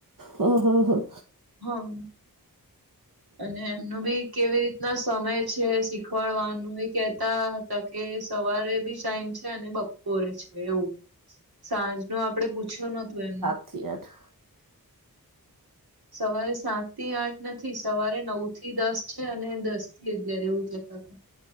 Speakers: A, on the right (about 60°); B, on the right (about 85°).
A: ઓહા હા.
B: હમ અને એમનું બી કેવી રીતના સમય છે શીખ શીખાડવાનું એ કેતા. કે સવારે બી ટાઈમ છે અને બપોરે છે એવું. સાંજ નુ આપડે પૂછ્યું નોતુ એમ.
A: થિયત <inaudible>
B: સવારે સાત થી આઠ નથી સવારે નવ થી દસ છે અને દસ. થી અગિયાર એવું જતા હતા.